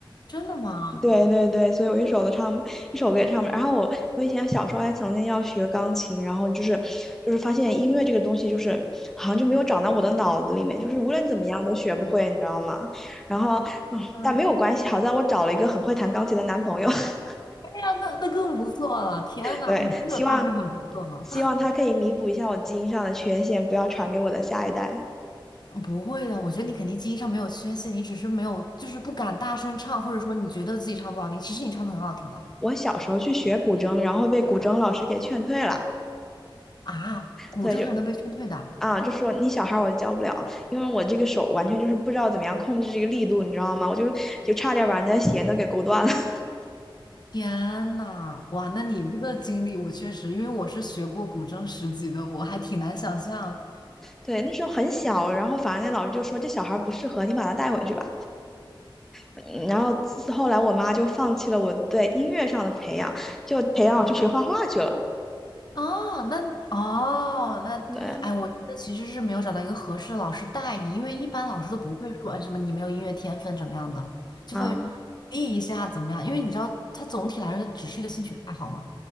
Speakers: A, on the left (about 55°); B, in the centre.
A: 真的吗？
B: 对对对，所以我一首都唱不一首歌也唱不了。然后我我以前小时候还曾经要学钢琴，然后就是就是发现音乐这个东西就是好像就没有长到我的脑子里面，就是无论怎么样都学不会，你知道吗？然后嗯，
A: 嗯，
B: 但没有关系，好在我找了一个很会弹钢琴的男朋友，<laughs>
A: 哎呀，那那更不错了！天呐，
B: 对，
A: 你这个搭配很不错了。
B: 希望希望他可以弥补一下我基因上的缺陷，不要传给我的下一代。
A: <laughs> 不会的，我觉得你肯定基因上没有缺陷，你只是没有就是不敢大声唱，或者说你觉得自己唱不好听，其实你唱的很好听的
B: 我小时候去学古筝，然后被古筝老师给劝退了。
A: 啊。古筝还能被劝退的，
B: 对，就啊，就说你小孩儿我教不了，因为我这个手完全就是不知道怎么样控制这个力度，你知道吗？我就就差点把人家鞋都给勾断了。<laughs>
A: 天呐，哇，那你这个经历，我确实，因为我是学过古筝十级的，我还挺难想象。
B: 对，那时候很小，然后反正那老师就说这小孩儿不适合，你把他带回去吧。嗯然后自后来我妈就放弃了我对音乐上的培养，就培养我去学画画去了。
A: 啊。那哦，那哎，
B: 对。
A: 我觉得其实是没有找到一个合适的老师带你，因为一般老师都不会说，哎，什么你没有音乐天分怎么样的，就会鼓励一下怎么样，
B: 啊
A: 因为你知道，它总体来说只是一个兴趣爱好嘛。